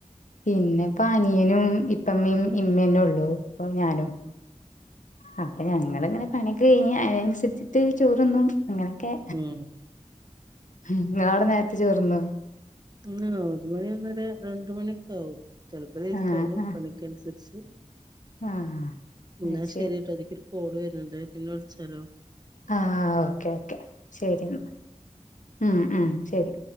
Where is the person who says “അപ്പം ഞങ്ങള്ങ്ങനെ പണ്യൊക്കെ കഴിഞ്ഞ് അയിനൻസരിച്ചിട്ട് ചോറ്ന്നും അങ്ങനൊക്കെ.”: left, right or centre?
Left